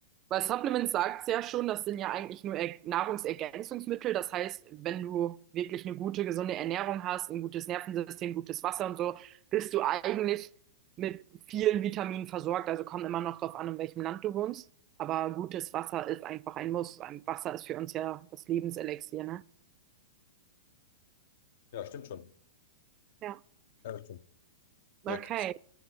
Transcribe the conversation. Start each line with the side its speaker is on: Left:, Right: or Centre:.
Right: Weil Supplements sagt ja schon, das sind ja eigentlich nur Er Nahrungsergänzungsmittel. Das heißt, wenn du wirklich eine gute, gesunde Ernährung hast, ein gutes Nervensystem, gutes Wasser und so, bist du eigentlich mit vielen Vitaminen versorgt. Also kommt immer noch drauf an, in welchem Land du wohnst. Aber gutes Wasser ist einfach ein Muss. Ein Wasser ist für uns ja das Lebenselixier, ne?
Left: Ja, stimmt schon.
Right: Ja.
Left: Ja, das stimmt.
Right: Okay.
Left: Ja, krass.